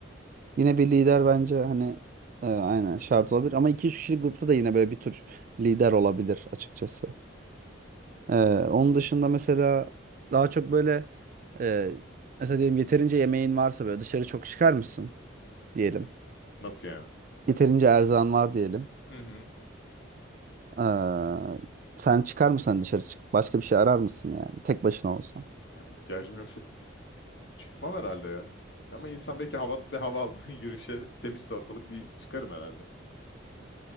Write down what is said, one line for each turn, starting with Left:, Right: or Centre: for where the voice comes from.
Right: Yine bir lider bence hani e, aynen şart olabilir. Ama iki üç kişilik grupta da yine böyle bir tür lider olabilir açıkçası. E, onun dışında mesela daha çok böyle e, mesela diyelim yeterince yemeğin varsa böyle dışarı çok çıkar mısın diyelim.
Left: Nasıl yani?
Right: Yeterince erzağın var diyelim.
Left: Hı hı.
Right: E, sen çıkar mısın Hani dışarı çık? Başka bir şey arar mısın yani tek başına olsan?
Left: Ya ihtiyacım yoksa çıkmam herhalde ya. Ama insan belki hava, bir hava almaya <laughs> yürüyüşe temizse ortalık bir çıkarım herhalde.